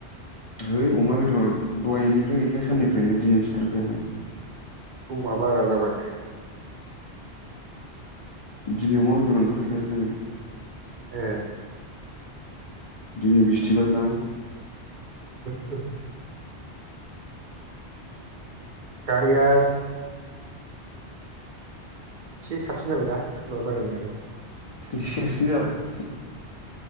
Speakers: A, on the left (about 50°); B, on the right (about 55°).
A: थै अमा बेदर दहायनि ओमफ्राय गैखाया साननिफ्रायनो दिनै सिथार खायाखै।
B: समा बारा जाबाय।
A: दिनै अमा बेदर ओंखारखायाखै।
B: ए
A: दिनै बिस्थिबार ना।
B: ओ। गारिया एसे साबसिन जाबाय दा दहाय बारायबोनानै।
A: बिसो साबसिन जाबाय।